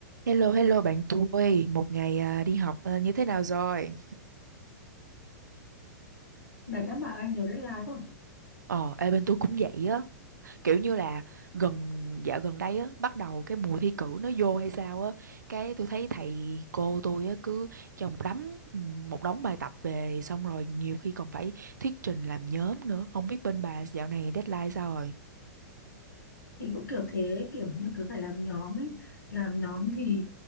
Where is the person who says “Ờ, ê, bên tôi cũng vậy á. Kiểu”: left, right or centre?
Right